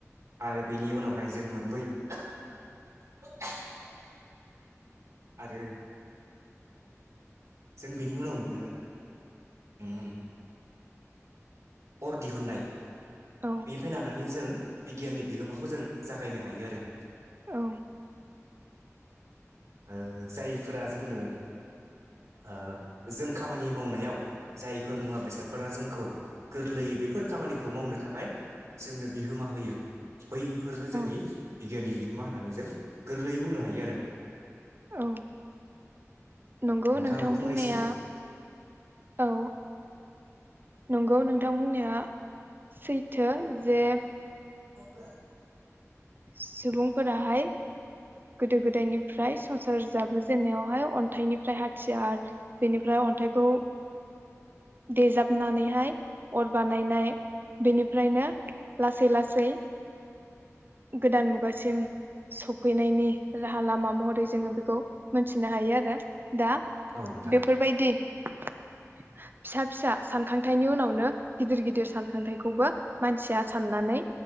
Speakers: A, on the right; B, on the right.
A: आरो बेनि उनावहाय जों मोनबोयो। आरो जों बेनि उनाव मोनो उम्म अर दिहुननाय
B: औ
A: बेनिफ्राय लानानै जों बिगियाननि बिहोमाखौ जों जागायनो हायो आरो।
B: औ
A: ओ जायफोरा जोंनो ओ जों खामानि मावनायाव जायफोर मुवा बेसादफोरा जोंखौ गोरलैयै बेफोर खामानिखौ मावनो थाखाय जोंनो बिहोमा होयो। बैफोरनो जोंनि
B: औ
A: बिगियाननि बिहोमा होन होननानै जों गोरलैयै बुंनो हायो आरो।
B: औ नंगौ
A: नोंथाङाबो
B: नोंथां
A: फंनैसो
B: बुंनाया औ। नंगौ नोंथां बुंनाया सैथो जे
A: <unintelligible>
B: सुबुंफोराहाय गोदो गोदायनिफ्राय संसार जाबोजेननायावहाय अन्थाइनिफ्राय हाथियार बेनिफ्राय अन्थाइखौ देजाबनानैहाय अर बानायनाय बेनिफ्रायनो लासै लासै गोदान मुगासिम सफैनायनि राहा लामा महरै जोङो बेखौ मोनथिनो हायो आरो दा
A: औ नोंथां
B: बेफोरबायदि फिसा फिसा सानखांथायाइनि उनावनो गिदिर गिदिर सानखांथायइखौबो मानसिया साननानै